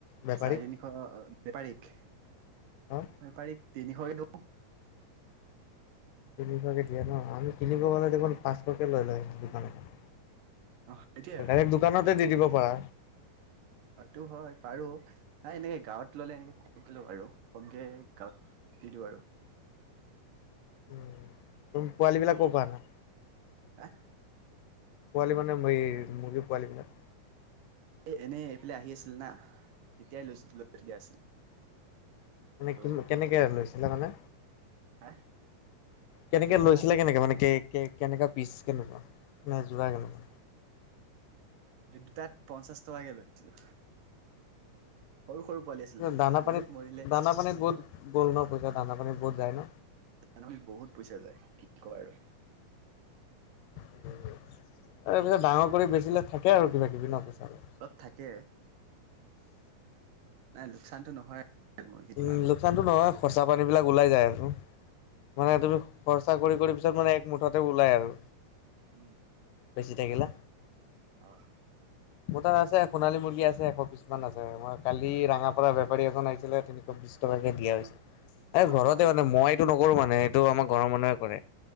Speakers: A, on the left; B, on the right.
A: বেপাৰীক
B: চাৰে তিনিশ বেপাৰীক
A: অ
B: বেপাৰীক তিনিশ দিউ
A: তিনিশকে দিয়ে ন আমি তিনিশকে হলে দেখোন পাঁচশকে লৈ লওঁ দোকানৰ পৰা।
B: অ কেতিয়া আৰু
A: ডাইৰেক্ট দোকানতে দি দিব পাৰা।
B: সটো হয় পাৰু তাই এনেকে গাঁৱত ললে এনেকে কমক ল পাৰ কমকে গাঁৱত- সটো আৰু
A: উ তুমি পোৱালী বিলাক ক'ৰ পৰা না।
B: হা
A: পোৱালি মানে ম মুৰ্গী পোৱালিবিলাক।
B: এনেই এইফালে আহি আছিল না তেতিয়াই লৈছিল লৈ থৈ দিয়া আছিল।
A: মানে
B: ত'
A: কিম কেনেকে লৈছিলা মানে?
B: হা
A: কেনেকে লৈছিলা
B: না
A: কেনেকে মানে কে কে কেনেকা পিচ কেনেকুৱা? না যোৱা কেনকা।
B: এই দুতাত পঞ্চাশ টকাকে লৈছিলো। সৰু সৰু পোৱালি আছিল
A: দানা
B: বহুত
A: পানীত
B: মৰিলে
A: দানা পানীত বহুত গ'ল ন পইচা দানা পানী বহুত যায় ন।
B: এনবি বহুত পইচা যায় কি ক আৰু।
A: এই পিছত ডাঙৰ কৰি বেচিলে থাকে আৰু কিবা কিবি ন পইচা অলপ।
B: তাত থাকে। নাই লোকচানতো নহয়। মুৰ্গীত
A: উম
B: ইমান
A: লোকচানতো নহয় খৰচা পানী বিলাক ওলাই যায় আৰু মানে
B: উম
A: তুমি খচ- চাকৰি কৰি পিছত মানে এক মুঠতে ওলাই আৰু।
B: উম,
A: বেছি থাকিলে।
B: অঁ,
A: মোৰ তাত আছে সোণালী মুৰ্গী আছে এশ পিছ মান আছে মই কালি ৰাঙা
B: অ
A: পৰা বেপাৰী এজন আহিছিলে তে- বিশ টকাকে দিয়া হৈছে এ
B: অ
A: ঘৰতে
B: অ
A: মানে মই- টো নকৰো মানে এইটো আমাৰ ঘৰৰ মানুহে কৰে